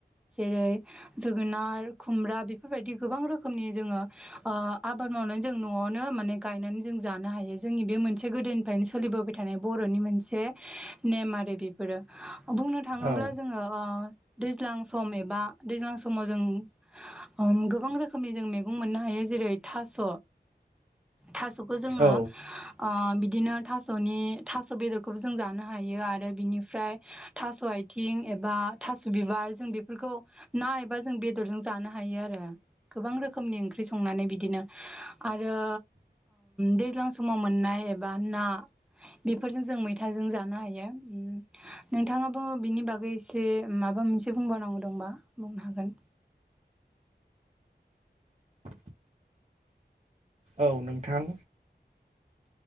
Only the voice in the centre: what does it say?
जेरै जोगोनार खुमब्रा बेफोरबायदि गोबां रोखोमनि जोङो ओ आबाद मावनानै जों न'आवनो माने गायनानै जों जानो हायो जोंनि बे मोन से गोदोनिफ्रायनो सोलिबोबाय थानाय बर'नि मोनसे नेम आरो बे बेफोरो बुंनो थाङोब्ला
जोङो ओ दैज्लां सम एबा दैज्लां समाव जों ओम गोबां रोखोमनि जों मैगं मोननो हायो जेरै थास' थास' खौ जोङो
ओ बिदिनो थास'नि थास' बेदरखौबो जों जानो हायो आरो बिनिफ्राय थास' आइ थिं एबा थास' बिबार जों बेफोरखौ ना एबा जों बेदरजों जानो हायो आरो। गोबां रोखोमनि ओंख्रि संनानै बिदिनो आरो दैज्लां समाव मोननाय एबा ना बेफोरजों जों मैथाजों जानो हायो। नोंथाङाबो बिनि बागै एसे माबा मोनसे बुंबावनांगौ दंबा बुंनो हागोन।